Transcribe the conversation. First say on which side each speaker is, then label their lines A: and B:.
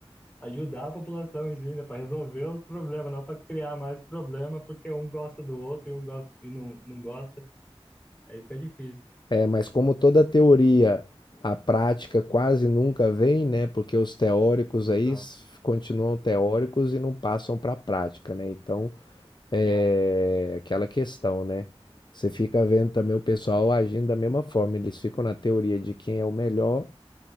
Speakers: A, on the left; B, on the left.
A: ajudar a população em si, né? Para resolver os problemas, não para criar mais problema, porque um gosta do outro e um gosta, e não, não gosta. Aí fica difícil.
B: É, mas como toda teoria, a prática quase nunca vem, né? Porque os teóricos
A: Então,
B: aí continuam teóricos e não passam para a prática, né? Então, é
A: é.
B: aquela questão, né? Você fica vendo também o pessoal agindo da mesma forma. Eles ficam na teoria de quem é o melhor